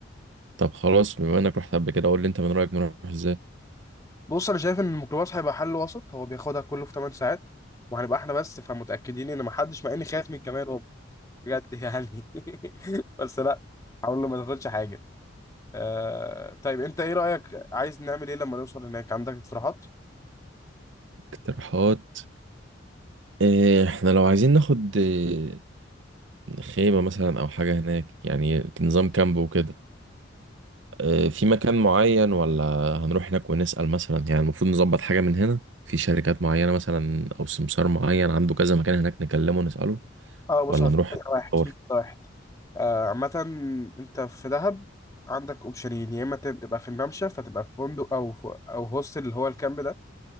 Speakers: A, on the right (about 65°); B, on the left (about 15°).
A: طب خلاص بما انك رحت قبل كده قول لي انت من رأيك نروح ازاي
B: بص انا شايف ان الميكروباص هيبقى حل وسط هو بياخدها كله في 8 ساعات وهنبقى احنا بس فمتاكدين ان ما حدش مع اني خايف من كمال والله بجد يعني <laughs> بس لا هقول له ما تاخدش حاجه آه طيب انت ايه رايك عايز نعمل ايه لما نوصل هناك عندك اقتراحات
A: اقتراحات إيه احنا لو عايزين ناخد إيه، خيمة مثلا او حاجة هناك يعني نظام كامب وكده آه، في مكان معين ولا هنروح هناك ونسأل مثلا يعني المفروض نظبط حاجة من هنا في شركات معينة مثلا أو سمسار معين عنده كذا مكان هناك نكلمه ونسأله
B: اه بص
A: ولا
B: هو في
A: نروح
B: كذا واحد
A: ندور
B: في كذا واحد آه، عامة انت في دهب عندك اوبشنين يا اما تب- تبقى في الممشى فتبقى في فندق او في او هوستل اللي هو الكامب ده